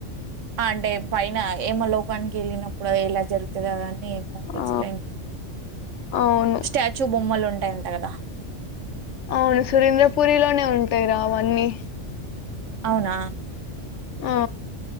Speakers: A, on the right; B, on the left.
A: అంటే పైన యమ లోకానికి వెళ్ళినప్పుడు ఎలా జరుగుతదో గాని ఎమో ఎక్స్ప్లెయిన్
B: ఆ అవును
A: స్టాచ్యూ బొమ్మలు ఉంటాయంటా కదా.
B: అవును సురేంద్రపురిలోనే ఉంటాయి రా అవన్నీ.
A: అవునా
B: ఆ